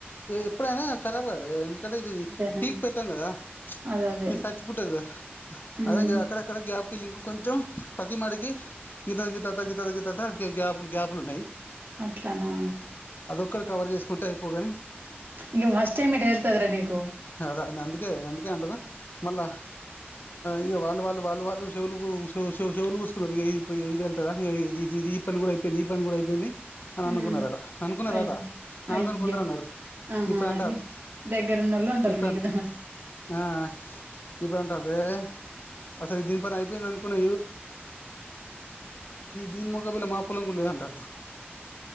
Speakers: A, on the left; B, on the right.
A: ఎప్పుడైనా కరాబు కాదు ఎందు అక్కడ ఇది
B: అంతేనా
A: పీక్ పెట్టాం కదా
B: అదే అదే
A: ప చచ్చి పుట్టది కదా
B: ఉమ్
A: అదే అక్కడక్కడ గ్యాప్ పిల్లింగ కొంచెం ప్రతి మాడికి ఇలా క త కి త గఞపులు <unintelligible> గ్యాపులు గ్యాపులు ఉన్నాయి
B: అట్లనా
A: ఇక్కడ కవర్ చేసుకుంటే అయిపోగాని
B: ఇం ఫస్ట్ టైమ్ ఇట్ హళ్తదరా నీకు
A: ద అ అందుకే అందుకే అంటారు మళ్ళ ఇక వాళ్ళ వాళ్ళు వాళ్ళు వాళ్ళు చెవులు చెవులు కూసుకు ఇ ఇది వెళ్తదా ఇది ఇది ఈ పని కూడా అయిపోయింది ఈ పని కూడా అయిపోయింది అని
B: ఆ
A: అనుకున్నారట అనుకున్నారట
B: అయ్
A: నాతోని
B: అయ్యా
A: కొందరు అన్నారు
B: ఆహా
A: ఇప్పుడు అంటారు
B: అది దగ్గరున్నోళ్ళు అంటారు
A: ఇప్ప
B: నీకు
A: అంత ఆ ఇప్పుని అంటారు అసలు దీని పని అయిపోయింది అనుకున్నా దీని మఖ పిల్ళ మా పొలం ఉండేది అంటారు